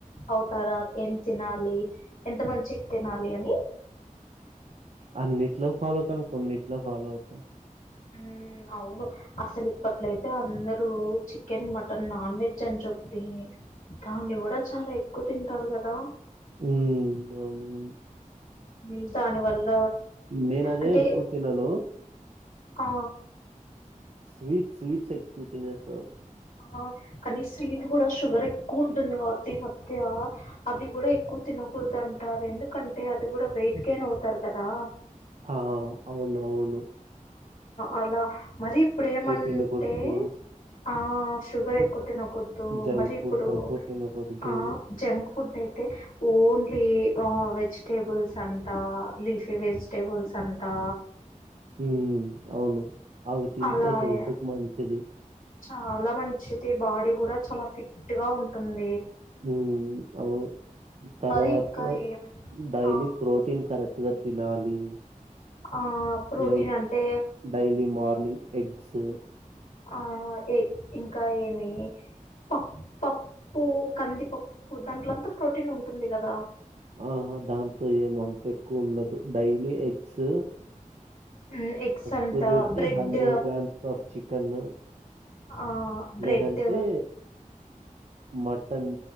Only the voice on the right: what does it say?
అన్నిట్లో ఫాలో కాను కొన్నింట్లో ఫాలో అవుతా
ఉ అవును
నేను అదే
ఎక్కువ తినను
స్వీట్స్ స్వీట్స్ ఎక్కువ తినేస్తాను
ఆ అవును అవును
తినకూడదు
జంక్
ఫుడ్ ఎక్కువ తినకూడదు
ఊ అవును అవి తింటే
హెల్త్ కి మంచిది
ఆ అవును తర్వాత
డైలీ
ప్రోటీన్ కరెక్ట్ తినాలి
లైక్
డైలీ మార్నింగ్ ఎగ్ గ్స్
ఆ దాంతో ఏమంత ఎక్కువ ఉండదు డైలీ ఎగ్స్
కుదిరితే
hundred grams of chicken
లేదంటే మటన్